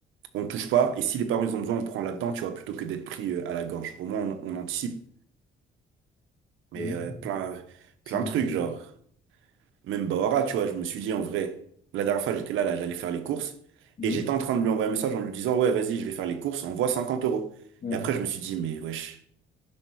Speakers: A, on the right (about 80°); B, on the left (about 45°).
A: on touche pas. Et si les parents, ils ont besoin, on prend là-dedans, tu vois, plutôt que d'être pris, euh, à la gorge. Au moins, on, on anticipe. Mais,
B: J'avoue,
A: euh, plein,
B: c'est
A: plein
B: un
A: de
B: peu-
A: trucs, genre. Même Bahora, tu vois, je me suis dit, en vrai, la dernière fois, j'étais là, là, j'allais faire les courses.
B: Mhm.
A: Et j'étais en train de lui envoyer un message en lui disant, ouais, vas-y, je vais faire les courses, on voit 50 euros.
B: Ouais.
A: Et après, je me suis dit, mais wesh,